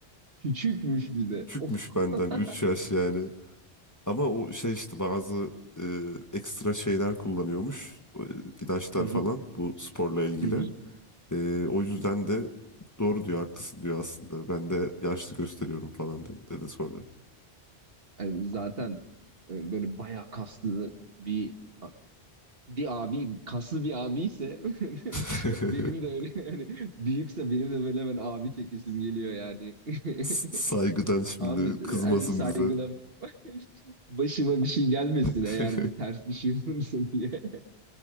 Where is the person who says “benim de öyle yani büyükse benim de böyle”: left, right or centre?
Right